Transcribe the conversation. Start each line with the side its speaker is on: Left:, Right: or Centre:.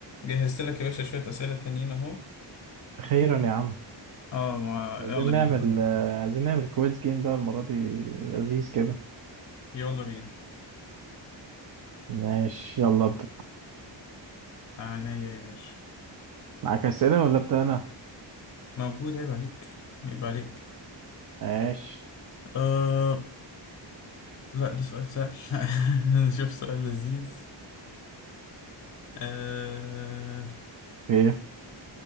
Left: جهزت لك يا باشا شوية أسئلة تانيين أهو
Right: خيرا يا عم
Left: اه ما
Right: عايزين
Left: يلا
Right: نعمل
Left: بينا بقى
Right: آه، عايزين نعمل كويز جيم بقى المرة دي لذيذ كده
Left: يلا بينا
Right: ماشي يلا ابدأ
Left: عناية يا باشا
Right: معاك أسئلة ولا أبدأ أنا؟
Left: موجود عيب عليك عيب عليك
Right: ماشي
Left: آه لا ده سؤال سهل <laughs> نشوف سؤال لذيذ آه
Right: اوكي